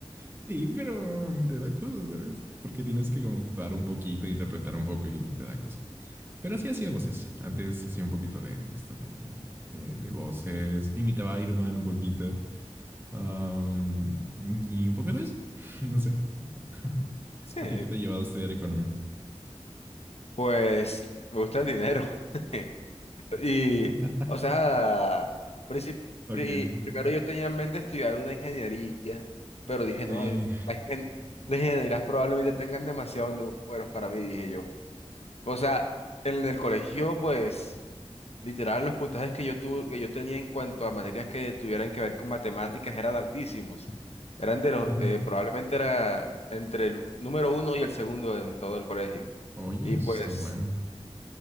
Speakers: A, on the right (about 20°); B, on the left (about 70°).
A: Sí, pero um, te da cosas, ¿sabes? Porque tienes que como actuar un poquito, interpretar un poco y te da cosas. Pero sí hacía voces. Antes hacía un poquito de, de esto de, de, de voces. Imitaba a Iron Man un poquito. Um, y un poquito de eso. <laughs> No sé. <laughs>
B: Sí,
A: ¿A ti qué te ha llevado a estudiar economía?
B: pues me gusta el dinero. <laughs> Y,
A: <laughs>
B: o sea, princip-
A: Ok,
B: pri-
A: ok.
B: primero yo tenía en mente estudiar una ingeniería, pero dije,
A: Y,
B: no, es- la ingen- las ingenierías probablemente tengan demasiados números para mí, dije yo. O sea, en el colegio, pues... Literal, los puntajes que yo tuve, que yo tenía en cuanto a materias que tuvieran que ver con matemáticas eran altísimos. Eran de los,
A: ujú.
B: eh, probablemente era entre el número uno y el segundo en todo el colegio.
A: Oye,
B: Y
A: eso
B: pues,
A: está bueno.